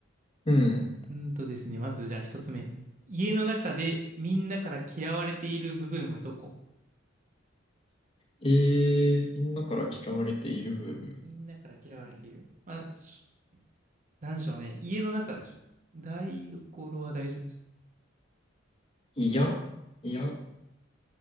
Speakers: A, on the left; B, on the right.
A: うん。
B: うんとですね、まずじゃあ一つ目。家の中でみんなから嫌われている部分はどこ
A: えー、みんなから嫌われている部分。
B: みんなから嫌われている。まあ、しなんでしょうね。家の中でしょ。台所は大丈夫です。
A: いや、いや、